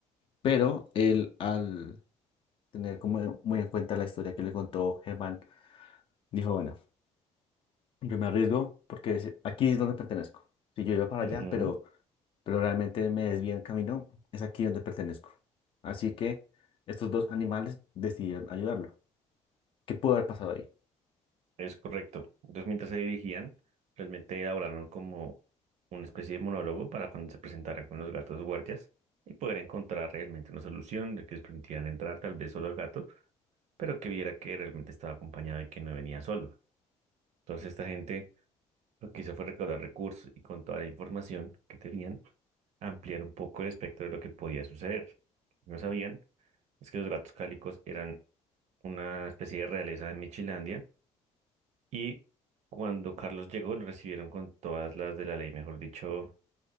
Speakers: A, on the left; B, on the right.
A: Pero él, al tener como muy en cuenta la historia que le contó Germán, dijo, bueno, yo me arriesgo porque es- aquí es donde pertenezco. Si yo iba para
B: ujú.
A: allá, pero, pero realmente me desvía el camino, es aquí donde pertenezco. Así que estos dos animales decidieron ayudarlo. ¿Qué pudo haber pasado ahí?
B: Es correcto. Entonces, mientras se dirigían, realmente elaboraron como una especie de monólogo para cuando se presentaran con los gatos guardias y poder encontrar realmente una solución de que les permitieran entrar tal vez solo al gato, pero que viera que realmente estaba acompañado y que no venía solo. Entonces, esta gente lo que hizo fue recaudar recursos y con toda la información que tenían, ampliar un poco el espectro de lo que podía suceder. No sabían es que los gatos cálicos eran una especie de realeza de Michilandia y cuando Carlos llegó, lo recibieron con todas las de la ley, mejor dicho,